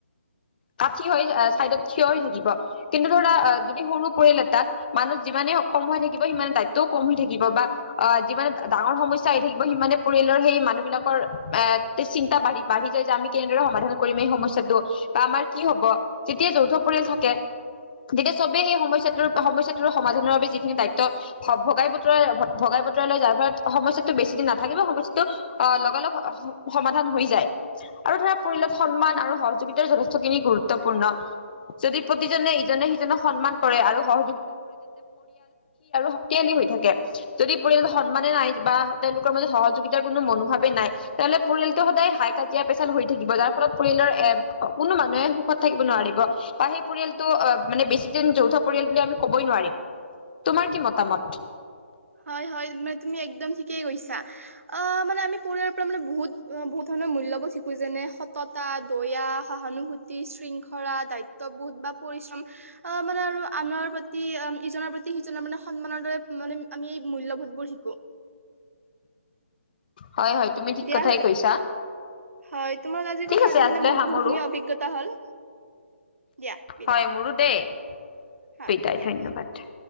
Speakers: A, on the left (about 40°); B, on the right (about 75°).
A: কাঠি হৈ চাইডত থিয় হৈ থাকিব। কিন্তু ধৰা যদি সৰু পৰিয়াল এটাত মানুহ যিমানে কম হৈ থাকিব সিমানে দায়িত্বও কম হৈ থাকিব। বা অ যিমানে ডাঙৰ সমস্যা আহি থাকিব, সিমানে পৰিয়ালৰ সেই মানুহ বিলাকৰ এ চিন্তা বাঢ়ি, বাঢ়ি যায় যে আমি কেনেদৰে সমাধান কৰিম এই সমস্যাটো, বা আমাৰ কি হ'ব। তেতি যৌথ পৰিয়াল থাকে। যেতিয়া চবেই সেই সমস্যাটোৰ সমস্যাটো সমাধানৰ বাবে যিখিনি দায়িত্ব ভগাই বতৰা, ভগাই বতৰা লৈ, যাৰ ফলত সমস্যাটো বেছি দিন না থাকিব সন্তুষ্ট অ লগালগ সমাধান হৈ যায়। আৰু ধৰা পৰিয়ালত সন্মান আৰু সহযোগিতাৰ যথেষ্ট খি নি গুৰুত্বপূৰ্ণ যদি প্ৰতিজনে ইজনে সিজনক সন্মান কৰে, আৰু সহ শক্তিশালী হৈ থাকে যদি পৰিয়ালত সন্মানে নাই বা তেওঁলোকৰ মাজত সহযোগিতাৰ কোনো মনোভাৱেই নাই। তেনেহলে পৰিয়ালটো সদায় হাই কাজিয়া পেচাল হৈ থাকিব। যাৰ ফলত পৰিয়াল এ কোনো মানুহে সুখত থাকিব নোৱাৰিব, বা সেই পৰিয়ালটো অ মানে বেছি দিন যৌথ পৰিয়াল বুলি আমি ক'বই নোৱাৰিম। তোমাৰ কি মতামত।
B: হয়, হয়। মানে তুমি একদম থিক কেই কৈছা। আ মানে আমি পৰিয়ালৰ পৰা মানে বহুত বহুত ধৰণৰ মূল্যবোধ শিকো। যেনে সততা দয়া, সহানুভূতি, শৃংখলা, দায়িত্ববোধ, বা পৰিশ্ৰম অ, মানে আৰু আৰু আন- নৰ প্ৰতি ইজনৰ প্ৰতি সিজনৰ মানে সন্মানৰ দৰে, মানে আমি এই মূল্যবোধবোৰ শিকো।
A: হয়, হয়, তুমি ঠিক
B: দিয়া
A: কথাই
B: হলে
A: কৈছা।
B: হয়। তোমাৰ লগত আজি
A: ঠিক
B: কথা
A: আছে
B: পাতি
A: আজিলৈ
B: মানে, মোৰ
A: সামৰো
B: বহুখিনি অভিজ্ঞতা হ'ল। দিয়া বিদায়
A: হয় মোৰো দেই।
B: হয়
A: বিদায়
B: দিয়া
A: ধন্যবাদ।